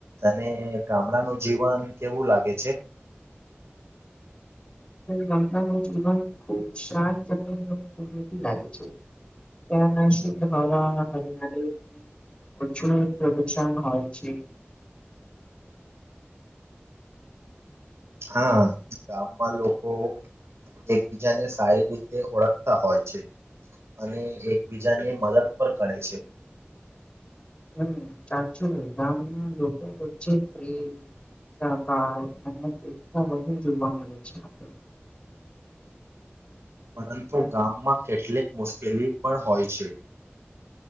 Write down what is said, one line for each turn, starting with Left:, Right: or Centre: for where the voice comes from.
Right: અને ગામડાનું જીવન કેવું લાગે છે.
Left: ગામડા ન જીવન ખુબ શાંત અને કુદરતી લાગે છે. ત્યાં શિધ હરિયાણી પ્રછું પ્રદૂષણ હોય છે.
Right: <inaudible> હા ગામમાં લોકો એકબીજાને સારી રીતે ઓળખતા હોય છે. અને એકબીજાને મદદ પણ કરે છે.
Left: હુમ સાચું ગામના લોકો વચ્ચે પેમ સકાર અને એકતા વધુ જોવા મળે છે આપણ ને
Right: પરંતુ ગામમાં કેટલીક મુશ્કેલી પણ હોય છે.